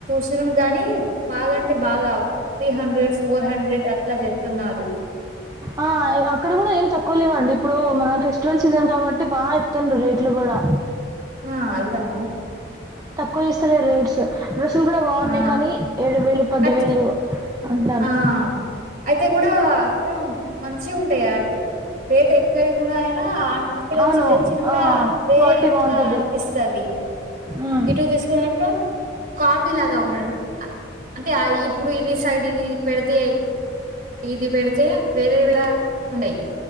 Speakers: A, on the right; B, on the right.
A: చిణం గాని బాగాంటే బాగా త్రీ హండ్రెడ్ ఫోర్ హండ్రెడ్ అట్లా చెప్తున్నారు
B: ఆ అక్కడ కూడా ఏం తక్కువ లేవండి ఇప్పుడు మన ఫెస్టివల్ సీజన్ కాబట్టి బాగా చెప్తుండ్రు రేట్లు కూడా
A: ఆ అల్లనా
B: తక్కువ చేస్తాలేరు రేట్స్ డ్రెస్సులు కూడా బాగున్నాయి
A: ఆ
B: కానీ ఏడు వేలు పది
A: అట్
B: వేలు అంటున్నారు
A: ఆ అయితే కూడా గ మంచిగుంటయ్ గా రేట్ ఎక్కువైనగున ఆ అన్ అక్కడ
B: అవును
A: నుంచి తెచ్చిన కూడా
B: ఆ
A: వేరే
B: క్వాలిటీ
A: అట్లా
B: బాగుంటది
A: అనిపిస్తాది
B: ఉమ్
A: ఇటు తీసుకున్నప్పుడు కాపీ లాగా ఉన్ ఆ అంటే ఆ ఇప్ ఇప్పుడు ఇది సైడ్ ఇది పెడితే ఇది పేడితే వేరేయి కూడ ఉండయ్